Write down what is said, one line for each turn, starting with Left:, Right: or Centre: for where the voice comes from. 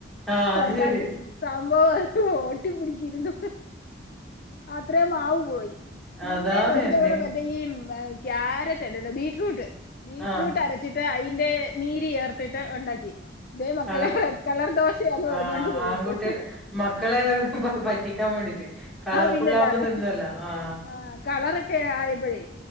Centre: ആഹ് അത്
Left: ഉണ്ടാക്കി
Centre: ശരി
Left: സംഭവം ഒട്ടിപ്പിടിച്ചിരുന്നു അത്രയും മാവ് പോയി പിന്നെ
Centre: അതാണ്
Left: ഒരു
Centre: എന്തെ
Left: തവണ ഈ ക്യാരറ്റ് അല്ലല്ല ബീട്റൂട്ട് ബീട്റൂട്ട്
Centre: ആഹ്
Left: അര ച്ചിട്ട് അതിന്റെ നീര് ചേർത്തിട്ട് ഉണ്ടാക്കി ഇതേ മക്കളെ
Centre: കള
Left: റെഡ് കളർ ദോശയാന്ന് പറഞ്ഞോണ്ട്
Centre: ആഹ്
Left: കൊടുത്തു
Centre: ആൺകുട്ടി മക്കളെ പ- പറ്റിക്കാൻ വേണ്ടിട്ട് കളർഫുൾ
Left: ആഹ് പിന്നല്ലാതെ
Centre: ആവുമ്പോ തിന്നല്ലോ ആഹ്
Left: ആ കളറൊക്കെ ആയപ്പഴേ